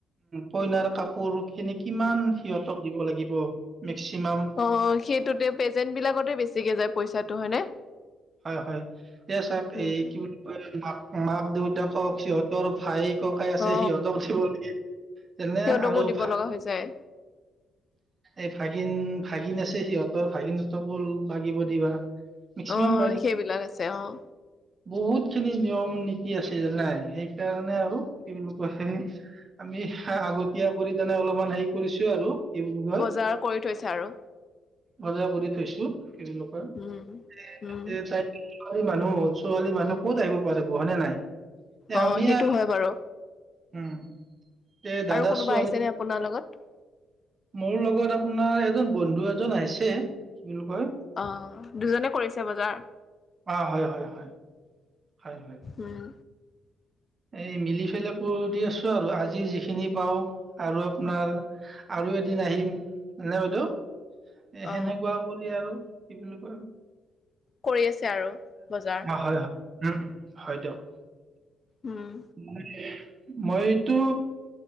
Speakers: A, on the right; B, on the left.
A: কইনাৰ কাপোৰ খিনি কিমান সিহতক দিব লাগিব মেক্সিমাম
B: অ সেইটোতে পেজেন্ট বিলাকতে বেছিকে যায় পইচাটো হয়নে।
A: হয় হয় এতিয়া চওক
B: উম
A: এই কি বুলি কয় মাক দেউতাকক সিহঁতৰ ভাইক ককাই আছে
B: অ
A: সিহঁতক দিব লাগিল তেনে
B: সিহঁতকো
A: আৰু
B: দিব
A: ভ
B: লগা হৈ যায়
A: এই ভাগিন ভাগিন আছে সিহঁতৰ ভাগিনতকো লাগিব দিবা। মেক্সিমাম
B: অই
A: বাইদেউ
B: সেইবিলাক আছে অঁ
A: বহুত খিনি নিয়ম নীতি আছেলে নাই, সেইকাৰণে আৰু কি বুলি কয়, আমি আগতীয়া কৰি কেনে অলপমান হেৰি কৰিছোঁ আৰু। কি বুলি কয়
B: বজাৰ কৰি থৈছে আৰু।
A: বজাৰ কৰি থৈছোঁ। কি নকৰা,
B: উম
A: এই
B: উম
A: তাই <unintelligible> ছোৱালী মানুহ ক'ত আহিব পাৰিব হয়নে নাই। এ
B: অঁ
A: আমি
B: সেইটো
A: আৰু
B: হয় বাৰু।
A: উম এ দাদা
B: আৰু কোনোবা
A: ছোৱালী
B: আহিছে নে আপোনাৰ লগত?
A: মোৰ লগত আপোনাৰ এজন বন্ধু এজন আহিছে বুলি কয়
B: অঁ দুজনে কৰিছে বজাৰ।
A: অ হয় হয় হয় হয় হয়
B: উম
A: এই মিলি ফেলাই কৰি দি আছো আৰু আজি যিখিনি পাওঁ আৰু আপোনাৰ আৰু এদিন আহিম, হয় নে বাইদেউ? এ
B: অ
A: সেনেকুৱা কৰি আৰু। কি বুলি কয়
B: কৰি আছে আৰু, বজাৰ।
A: অ হয় হয় উম, হয় দিয়ক <unintelligible>
B: উম
A: মইটো,